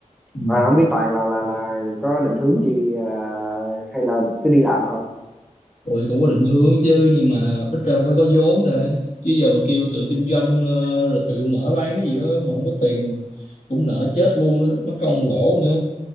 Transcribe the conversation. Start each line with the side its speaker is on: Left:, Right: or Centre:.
Left: Ừ.
Centre: rồi không biết toàn là là là có định hướng gì ờ, hay là cứ đi làm thôi
Left: rồi cũng có định hướng chứ nhưng mà ít ra cũng phải có vốn để chứ giờ mà kêu tự kinh doanh ờ, rồi tự mở bán cái gì đó mà không có tiền cũng nợ chết luôn á mất công lỗ nữa